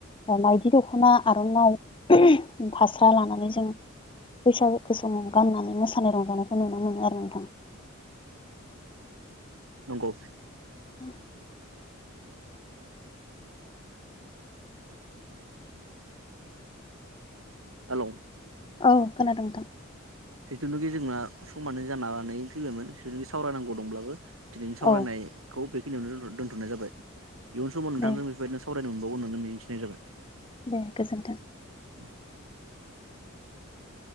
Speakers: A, on the left; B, on the right.
A: माइदि दख'ना आर'नाइ फास्रा लानानै जों बैसागो समाव गाननानै मोसानाय रंजानायखौ नुनो मोनो आरो नोंथां।
B: नंगौ।
A: <inaudible>
B: हेलौ।
A: औ खोनादों नोंथां।
B: जिथुनाखि जोंना समा नै जानानै फैबायमोन जिथुखि सावरायनांगौ दंब्लाबो दिनैनि सावरायनायखौ
A: औ
B: बेखिनियावनो दोन्थ' दोन्थ'नाय जाबाय इयुन समाव नोंथांजों
A: दे
B: बेफोरबायदिनो साव रायनो मोनबावगोन होननानै मिजिंथिनाय जाबाय।
A: दे गोजोन्थों।
B: <inaudible>